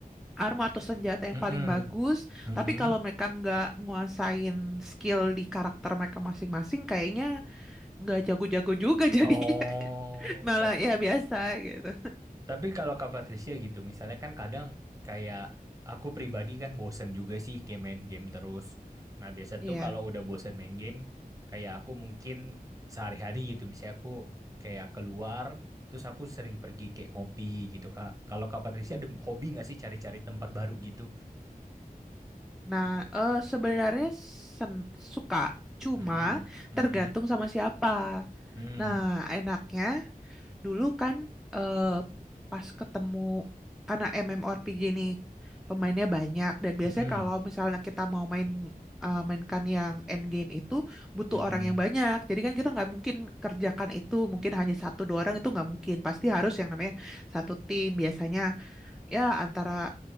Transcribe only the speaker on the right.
mm-mm,
mm-mm.
Oh,
tapi
tapi kalau Kak Patricia gitu, misalnya kan kadang kayak aku pribadi kan bosen juga sih kayak main game terus. Nah, biasa
tuh kalau udah bosen main game, kayak aku mungkin sehari-hari gitu, misalnya aku kayak keluar, terus aku sering pergi kayak ngopi gitu, Kak. Kalau Kak Patricia ada hobi nggak sih cari-cari tempat baru gitu?
Mm-mm, mm-mm,
mm,
mm-mm,
mm-mm,